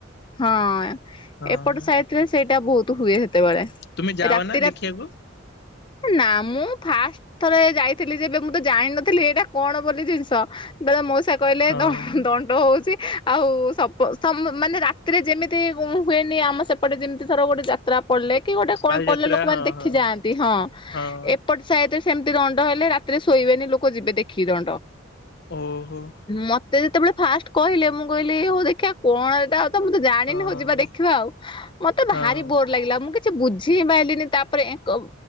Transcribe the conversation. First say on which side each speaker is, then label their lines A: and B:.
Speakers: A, on the left (about 25°); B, on the left (about 55°).
A: ହଁ-ଅ-ଅ
B: ହଁ
A: ଏପଟ ସାଇଟରେ ସେଇଟା ବହୁତ ହୁଏ ସେତେବେଳେ।
B: ତୁମେ ଯାଅ
A: ରାତିରେ,
B: ନା ଦେଖିବାକୁ?
A: ନା ମୁଁ ଫାଷ୍ଟ ଥରେ ଯାଇଥିଲି ଯେବେ ମୁଁ ତ ଜାଣିିନଥିଲି ଏଇଟା କଣ ବୋଲି ଜିନିଷ। <inaudible> ବେଳେ ମଉସା କହିଲେ
B: ହଁ
A: ଦ-ଅ-ଦଣ୍ଡ ହଉଛି ଆଉ ସପ ସମ୍ ମାନେ‌ ରା ତିରେ ଯେମିତି ହୁ-ହୁଏନି ଆମ ସେପଟେ ଯେମିତି ଥର ଗୋଟେ ଯା ତ୍ରା ପଡିଲେ କି ଗୋଟେ କଣ
B: ବାଲିଯାତ୍ରା
A: ପଡିଲେ ଲୋକମାନେ
B: ହଁ
A: ଦେଖିଯାଆନ୍ତି
B: ହଁ
A: ହଁ
B: ହଁ
A: ଏପଟ୍ ସାଇଟରେ ସେମିତି ଦଣ୍ଡ ହେଲେ ରାତିରେ ଶୋଇବେନି ଲୋକ ଯିବେ ଦେଖି ଦଣ୍ଡ।
B: ଓ-ହୋ।
A: ମତେ ଯେତେବେଳେ ଫାଷ୍ଟ କହିଲେ ମୁଁ କହିଲି ହଉ ଦେଖିବା କଣ ଏଟା ଜାଣିନି
B: ହଁ।
A: ହଉ ଯିବା ଦେଖିବା ଆଉ, ମତେ ଭାରି
B: ହଁ
A: ବୋର୍ ଲାଗିଲା ମୁଁ କି କିଛି ବୁଝି ହିଁ ପାଇଲିନି ତାପରେ ଏଁ ଏଙ୍କ